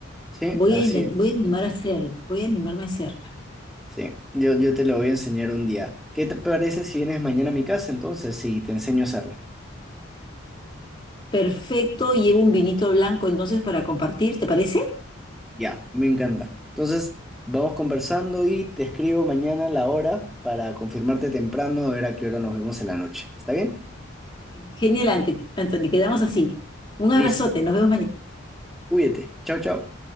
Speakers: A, in the centre; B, on the left (about 25°).
A: sí,
B: Voy
A: así
B: a, inten-
A: es.
B: voy a animar a hacerla, voy a animarme a hacerla.
A: Sí, yo, yo te lo voy a enseñar un día. ¿Qué te parece si vienes mañana a mi casa entonces? Sí, te enseño a hacerla.
B: Perfecto, llevo un vinito blanco entonces para compartir, ¿te parece?
A: Ya, me encanta. Entonces, vamos conversando y te escribo mañana la hora para confirmarte temprano, a ver a qué hora nos vemos en la noche. ¿Está bien?
B: Genial, Ante- Anthony. Quedamos así. Un abrazote.
A: Listo.
B: Nos vemos mañana.
A: Cuídate. Chao, chao.